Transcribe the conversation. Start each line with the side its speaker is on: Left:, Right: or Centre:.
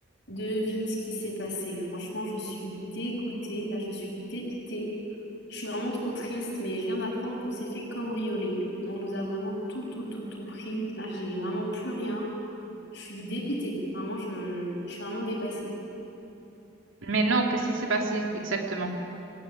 Left: Devine ce qui s'est passé. Franchement, je suis dégoûtée. Là, je suis dépitée. Je suis vraiment trop triste, mais je viens d'apprendre qu'on s'est fait cambrioler. On nous a vraiment tout, tout, tout, tout pris. Là, j'ai vraiment plus rien. Je suis dépitée. Vraiment, je, je suis vraiment dépassée.
Right: Mais non, qu'est-ce qui s'est passé exactement?